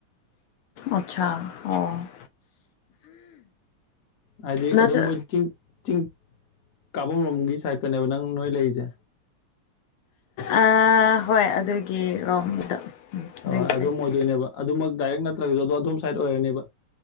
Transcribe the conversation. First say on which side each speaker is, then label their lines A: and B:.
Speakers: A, on the left; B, on the left.
A: ꯑꯆꯥꯆꯥ ꯑꯣ
B: ꯍꯥꯏꯗꯤ
A: ꯅꯪꯁꯨ
B: ꯑꯗꯨꯝ ꯃꯣꯏ ꯆꯤꯡ ꯆꯤꯡ ꯀꯥꯐꯝꯔꯣꯝꯒꯤ ꯁꯥꯏꯠꯇꯅꯦꯕ ꯅꯪ ꯅꯣꯏ ꯂꯩꯔꯤꯁꯦ
A: ꯑ ꯍꯣꯏ ꯑꯗꯨꯒꯤ ꯔꯣꯝꯗ ꯎꯝ ꯑꯗꯨꯒꯤ
B: ꯍꯣꯏ ꯑꯗꯨꯝ
A: ꯁꯥꯏꯠꯇ
B: ꯑꯣꯏꯗꯣꯏꯅꯦꯕ ꯑꯗꯨꯃꯛ ꯗꯥꯏꯔꯦꯛ ꯅꯠꯇ꯭ꯔꯒꯁꯨ ꯑꯗꯨꯣ ꯑꯗꯣꯝ ꯁꯥꯏꯠ ꯑꯣꯏꯔꯅꯦꯕ